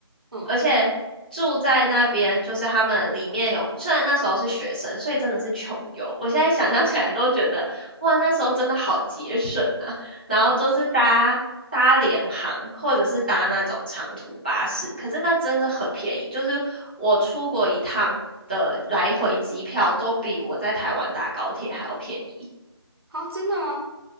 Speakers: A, on the right; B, on the left.
A: 嗯，
B: 而且住在那边，就是他们里面有，虽然那时候是学生，所以真的是穷游。我现在想象起来都觉得，哇，那时候真的好节省啊。然后都是搭搭联航，或者是搭那种长途巴士，可是那真的很便宜，就是我出国一趟的来回机票都比我在台湾搭高铁还要便宜。
A: 好，真的吗？